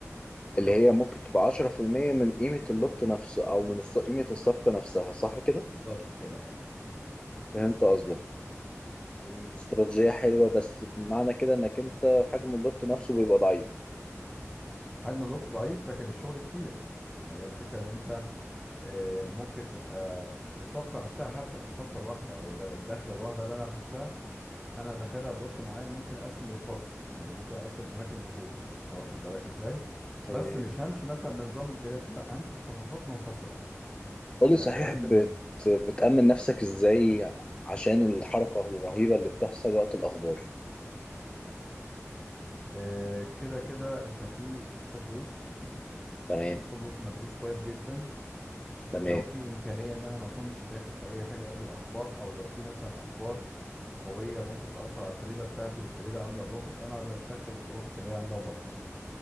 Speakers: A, on the left (about 20°); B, in the centre.
A: اللي هي ممكن تبقى 10% من قيمه اللوت نفسه او من الص- قيمه الصفقه نفسها صح كده
B: بالظبط كده اه
A: فهمت قصدك مم، استراتيجيه حلوه بس بمعنى كده انك انت حجم اللوت نفسه بيبقى ضعيف
B: حجم اللوت ضعيف لكن الشغل كتير يعني هي الفكرة ان انت آه، ممكن تبقى الصفقه نفسها حتى في الصفقه الواحده او ال- الدخله الواحده اللي انا هخشها انا داخلها بلوت معين ممكن اقسم لوتاتي يعني ممكن اقسم اماكن دخولي انت واخد بالك ازاي
A: تمام
B: بس مش همشي مثلا بنظام الجريد لا همشي بصفقات منفصله
A: قولي
B: يعني
A: صحيح
B: بقسم
A: بت...
B: ال-
A: بتأمن نفسك ازاي عشان الحركة الرهيبة اللي بتحصل وقت الأخبار
B: آه، كده كده انت في ستوب لوز
A: تمام
B: والستوب لوز مدروس كويس جدا
A: تمام
B: ولو في امكانيه ان انا ما اكونش داخل في اي حاجه قبل الاخبار او لو في مثلا اخبار قويه ممكن تاثر على التريده بتاعتي والتريده عامله بروفيت انا بستكفى بالبروفيت اللي هي عامله وبطلع